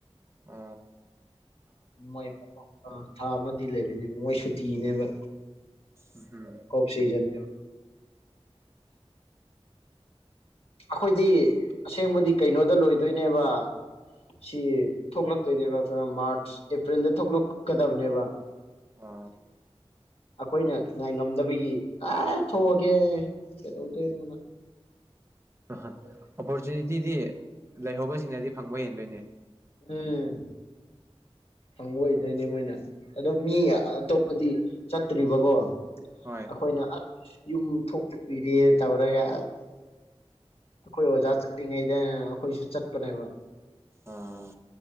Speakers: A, on the right; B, on the left.
A: ꯑ
B: ꯃꯣꯏ ꯊꯥ ꯑꯃꯗꯤ ꯂꯩꯔꯅꯤꯕ ꯃꯣꯏ ꯁꯨꯇꯤꯅꯦꯕ
A: ꯎꯝ
B: ꯑꯣꯐ ꯁꯤꯖꯟ ꯑꯈꯣꯏꯗꯤ ꯑꯁꯦꯡꯕꯗꯤ ꯀꯩꯅꯣꯗ ꯂꯣꯏꯗꯣꯏꯅꯦꯕ ꯁꯤ ꯊꯣꯛꯂꯛꯇꯣꯏꯅꯦꯕ ꯃꯥꯔꯆ ꯑꯦꯄ꯭ꯔꯤꯜꯗ ꯊꯣꯛꯂꯛꯀꯗꯕꯅꯦꯕ
A: ꯑ
B: ꯑꯈꯣꯏꯅ ꯉꯥꯏ ꯉꯝꯗꯕꯒꯤ ꯑꯥꯏ ꯊꯣꯛꯑꯒꯦ ꯀꯩꯗꯧꯗꯣꯏꯅꯣꯅ
A: ꯑꯣꯄꯨꯔꯆꯤꯅꯤꯇꯤ ꯗꯤꯗꯤ ꯂꯩꯍꯧꯕꯁꯤꯡꯅꯗꯤ ꯐꯪꯕ ꯍꯦꯟꯗꯣꯏꯅꯦ
B: ꯎꯝ ꯐꯪꯕ ꯑꯣꯏꯗꯣꯏꯅꯦ ꯃꯣꯏꯅ ꯑꯗꯣ ꯃꯤ ꯑꯇꯣꯞꯄꯗꯤ ꯆꯠꯇ꯭ꯔꯤꯕꯀꯣ
A: ꯍꯣꯏ
B: ꯑꯈꯣꯏꯅ ꯑꯁ ꯌꯨꯝ ꯊꯣꯛ ꯄꯤꯔꯛꯑꯦ ꯇꯧꯔꯒ ꯑꯈꯣꯏ ꯑꯣꯖꯥ ꯆꯠꯂꯤꯉꯩꯗ ꯑꯈꯣꯏꯁꯨ ꯆꯠꯄꯅꯦꯕ
A: ꯑꯥ